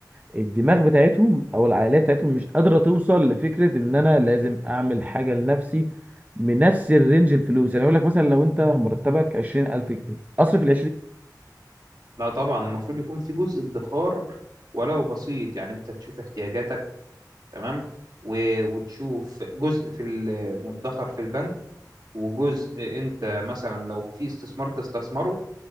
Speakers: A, on the right; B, on the right.
A: الدماغ بتاعتهم او العقليه بتاعتهم مش قادره توصل لفكره ان انا لازم اعمل حاجه لنفسي بنفس الرينج الفلوس يعني اقول لك مثلا لو انت مرتبك 20000 جنيه اصرف ال
B: لا طبعا المفروض يكون في جزء ادخار ولو بسيط يعني انت تشوف احتياجاتك تمام و- وتشوف جزء في ال- مدخر في البنك وجزء انت مثلا لو في استثمار تستثمره